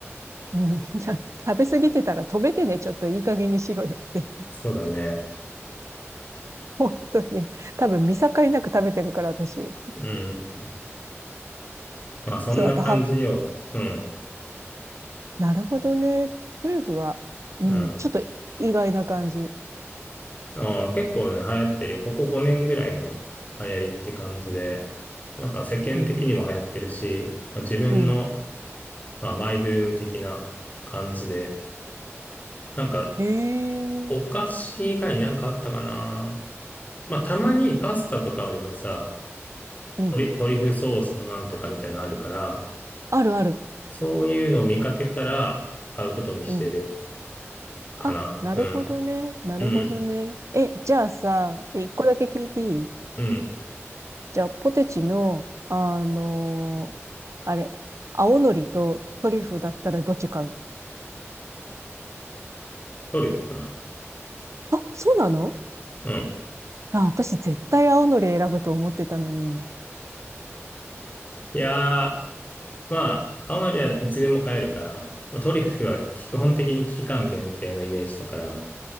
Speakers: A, on the right; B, on the left.
A: うん。<laughs> じゃあ、食べ過ぎてたら止めてね、ちょっといい加減にしろよって。
B: そうだね。
A: <laughs> 本当に。多分見境なく食べてるから、私。
B: うん。まあそんな感じよ。
A: そう、あと、は、
B: うん。
A: なるほどね。トリュフは、うん、
B: うん。
A: ちょっと意外な感じ。へ
B: うん結構ね、流行ってるよ。ここ5年ぐらいの流行りって感じで、なんか世間的にも流行ってるし、
A: え。
B: まあ、自分の、
A: うん。
B: まあ、マイブーム的な感じで、なんか
A: へえ。
B: お菓子以外になんかあったかな。まあたまにパスタとかでもさ、
A: うん。
B: トリ、トリュフソースのなんとかみたいなのあるから、
A: あるある。
B: そういうのを見かけたら買うことにしてる
A: うん。
B: かな。
A: あ、なるほどね。
B: うん。
A: なるほどね。
B: うん。
A: え、じゃあさ、一個だけ聞いていい
B: うん。
A: じゃあ、ポテチの、あのーあれ、青のりとトリュフだったらどっち買う
B: トリュフかな。
A: あ、そうなの
B: うん。
A: あ、私絶対青のり選ぶと思ってたのに、今。
B: いやー、まあ、青のりはいつでも買えるから、まあ、トリュフは基本的に期間限定のイメージだから、